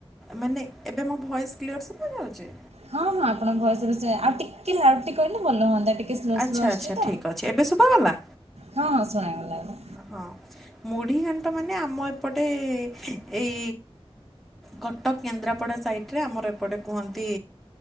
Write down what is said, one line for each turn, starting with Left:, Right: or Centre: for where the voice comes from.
Centre: ମାନେ ଏବେ ମୋ ଭଏସ୍ କ୍ଲିୟର୍ ଶୁଭାଯାଉଚି।
Right: ହଁ ହଁ ଆପଣଙ୍କ ଭୟେସରେ ସେ ଆଉ ଟିକେ ଲାଉଡ୍ଲି କହିଲେ ଭଲ ହୁଅନ୍ତା ଟିକେ ସ୍ଲୋ
Centre: ଆଚ୍ଛା
Right: ସ୍ଲୋ ଆସୁଛି
Centre: ଆଚ୍ଛା
Right: ତ।
Centre: ଠିକ୍ ଅଛି ଏବେ ଶୁଭାଗଲା?
Right: ହଁ ହଁ ଶୁଣାଗଲା ଏବେ।
Centre: ହଁ ମୁଢ଼ି ଘାଣ୍ଟ ମାନେ ଆମ ଏପଟେ ଏଇ କଟକ କେନ୍ଦ୍ରାପଡ଼ା ସାଇଟରେ ଆମର ଏପଟେ କୁହନ୍ତି